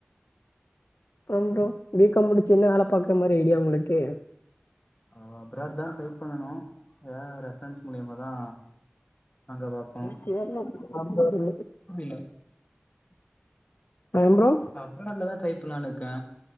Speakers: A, on the left; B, on the left.
A: அப்றம் ப்ரோ பி காம் முடிச்சி என்ன ஆள பாக்குறா மாரி ஐடியா உங்களுக்கு
B: ஆ அப்ராட் தா ட்ரை பண்ணனும் எதா ரெஃப்ரன்ஸ் மூலியமாதா அங்க பாக்கோ
A: கேர்ளா பக்கோ வந்தாரு
B: அது இல்ல
A: ஐ அம் ப்ரோ
B: அப்ராட்ல தா ட்ரை பண்ணலான்னு இருக்கே